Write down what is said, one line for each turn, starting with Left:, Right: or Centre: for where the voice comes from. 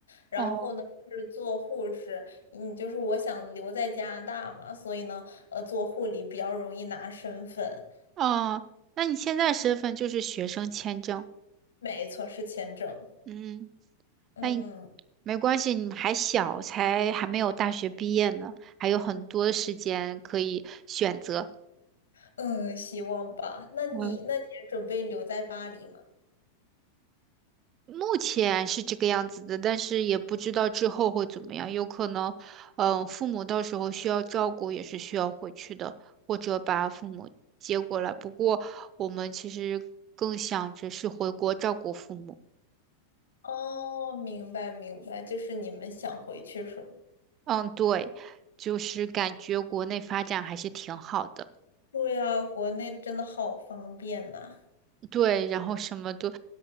Left: 然后呢就是做护士，
Right: 哦，
Left: 嗯，就是我想留在加拿大嘛，所以呢，呃，做护理比较容易拿身份，
Right: 哦，那你现在身份就是学生签证。
Left: 没错，是签证，
Right: 嗯，
Left: 嗯。
Right: 那你没关系，你还小，才还没有大学毕业呢，还有很多时间可以选择。
Left: 嗯，希望吧。那你，
Right: 嗯。
Left: 那你是准备留在巴黎吗？
Right: 目前是这个样子的，但是也不知道之后会怎么样，有可能，嗯、父母到时候需要照顾，也是需要回去的，或者把父母接过来。不过我们其实更想着是回国照顾父母。
Left: 哦，明白明白，就是你们想回去是吗？
Right: 嗯，对，就是感觉国内发展还是挺好的。
Left: 对呀，国内真的好方便呐，
Right: 对，然后什么都，